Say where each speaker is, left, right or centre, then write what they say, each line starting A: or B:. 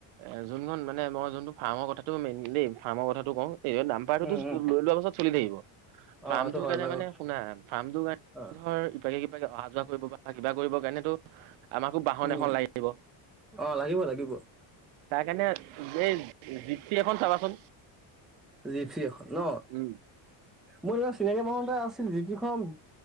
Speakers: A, on the right; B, in the centre.
A: এ যোনখন মানে মই যোনটো ফাৰ্মৰ কথাটো মেইন দেই ফাৰ্মৰ কথাট টো কও এই দাম্পাৰটোতো
B: উম উম
A: লৈ লোৱা পাছত চলি থাকিব।
B: অ'
A: ফাৰ্মটো
B: এইটো হয়
A: কাৰণে
B: বাৰু
A: মানে শুনা ফাৰ্মটো কান
B: অ'
A: ধৰ ইপাকে সিপাকে অহা যোৱা কৰিব বা কিবা কৰিব কাৰনেতো আমাকো বাহন
B: উম
A: এখন লাগিব।
B: অ' লাগিব লাগিব
A: তাৰ কাৰণে এই জিপ চি এখন চাবাচোন।
B: জিপচি এখন ন।
A: উম,
B: মোৰ লগত চিনাকি মানুহ এটা আছিল জিপচিখন